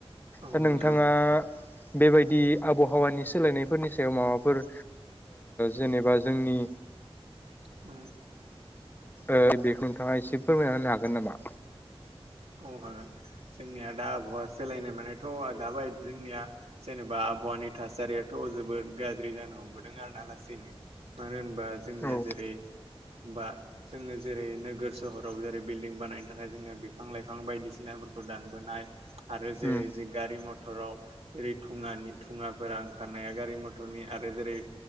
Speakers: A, on the right; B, on the left.
A: औ
B: दा नोंथाङा
A: नंगौ
B: बेबायदि आबहावानि सोलायनायफोरनि सायाव माबाफोर जेनेबा जोंनि
A: <inaudible>
B: ओ बेखौ नोंथाङा एसे फोरमायना होनो हागोन नामा?
A: औ हागोन जोंनिया दा आबहावा सोलायनाय मानायथ' दाबाय जोंनिया जेनेबा आबहावानि थासारियाथ' जोबोद गाज्रि जानो हमबोदों आरो ना लासैनो मानो होन बा जोंनिया
B: औ
A: जेरै बा जोङो जेरै नोगोर सहराव जेरै बिल्डिं बानायनो थाखाय जोङो बे बिफां लाइफां बायदिसिनाफोरखौ दानबोनाय आरो जेरै
B: उम
A: जों गारि मथर मथराव जेरै धुङानि धुङाफोरा ओंखारनाया गारि मथरनि आरो जेरै